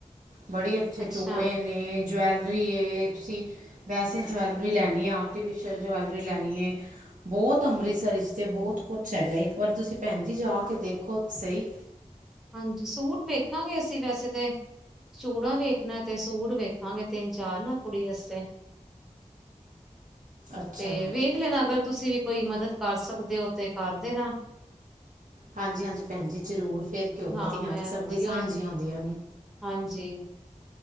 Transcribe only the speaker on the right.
ਬੜੀ ਅੱਛੇ
ਚੂੜੇ ਨੇ ਜਵੈਲਰੀ ਏ ਤੁਸੀਂ ਵੈਸੇ ਜਵੈਲਰੀ ਲੈਣੀ ਹੈ ਆਰਟੀਫਿਸ਼ਲ ਜਵੈਲਰੀ ਲੈਣੀ ਏ ਬਹੁਤ ਅੰਮ੍ਰਿਤਸਰ ਵਿੱਚ ਤੇ ਬਹੁਤ ਕੁਛ ਹੈਗਾ ਇੱਕ ਵਾਰ ਤੁਸੀਂ ਭੈਣ ਜੀ ਜਾ ਕੇ ਦੇਖੋ ਤੇ ਸਈ
ਅੱਛਾ
ਹਾਂਜੀ ਹਾਂਜੀ ਭੈਣ ਜੀ ਜ਼ਰੂਰ ਫਿਰ ਉਹ
ਧੀਆਂ
ਤੇ ਸਭ
ਦੀ ਸਾਂਝੀਆਂ
ਹੁੰਦੀਆਂ ਨੇ